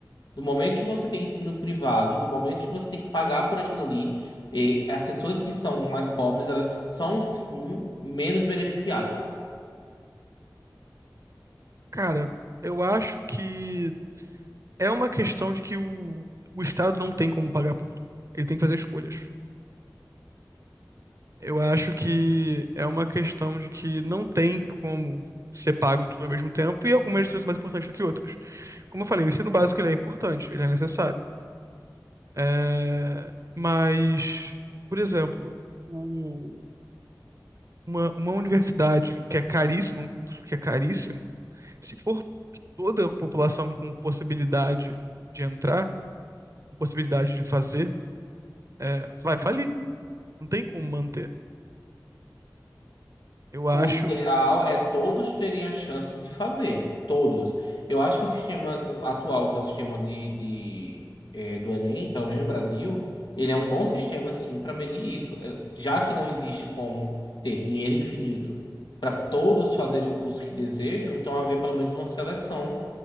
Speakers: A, on the left; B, on the right.
A: No momento que você tem ensino privado, no momento que você tem que pagar por aquilo ali, eh, as pessoas que são mais pobres, elas são sim menos beneficiadas.
B: Cara, eu acho que é uma questão de que o, o Estado não tem como pagar por tudo. Ele tem que fazer escolhas. Eu acho que é uma questão de que não tem como ser pago tudo ao mesmo tempo e algumas lições são mais importantes do que outras. Como eu falei, o ensino básico ele é importante, ele é necessário. É, Mas, por exemplo, o- uma, uma universidade que é caríssima, um curso que é caríssimo, se for toda a população com possibilidade de entrar, com possibilidade de fazer, é, vai falir. Não tem como manter. Eu acho,
A: O ideal é todos terem a chance de fazer, todos. Eu acho que o sistema atual, que é o sistema de, de, eh, do Enem, pelo menos no Brasil, ele é um bom sistema sim para medir isso, Eh, já que não existe como ter dinheiro infinito para todos fazerem o curso que desejam, então haver pelo menos uma seleção